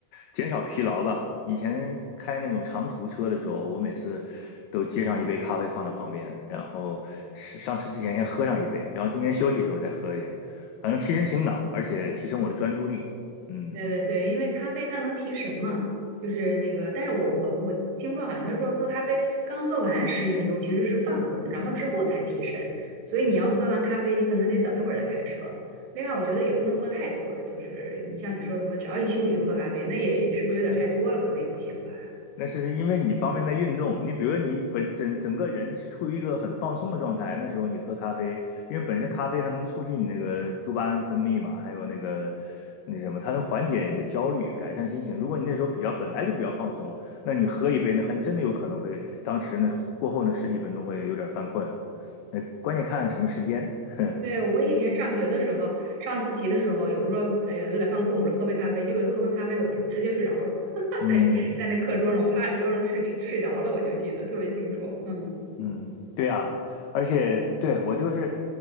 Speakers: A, on the left (about 85°); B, on the right (about 80°).
A: 减少疲劳吧。以前开那种长途车的时候，我每次都接上一杯咖啡放在旁边，然后是上车之前先喝上一杯，然后中间休息的时候再喝一点，反正提神醒脑，而且提升我的专注力。嗯
B: 对对对，因为咖啡它能提神嘛，就是那个，但是我我我听说好像是说喝咖啡刚喝完十几分钟其实是犯困的，然后之后才提神，所以你要喝完咖啡，
A: 嗯。
B: 你可能得等一会儿再开车。另外，我觉得也不能喝太多，就是你像你说什么，只要一休息就喝咖啡，那也是不是有点太多了？可能也不行吧。
A: 那是因为你方面在运动，你比如说你本整整个人是处于一个很放松的状态，那时候你喝咖啡，因为本身咖啡它能促进你那个多巴胺分泌嘛，还有那个那什么，它能缓解你的焦虑，改善心情。如果你那时候比较本来就比较放松，那你喝一杯，那还真的有可能会当时那过后那十几分钟会有点犯困，那关键看什么时间。<laughs>
B: 对，我以前上学的时候，上自习的时候，有时候哎呀有点犯困，我说喝杯咖啡，结果喝完咖啡我直接睡着了，<laughs>
A: 嗯
B: 在在那课桌上，我趴在桌上睡睡着了，我就记得特别清楚，嗯。
A: 嗯，对啊，而且对我就是，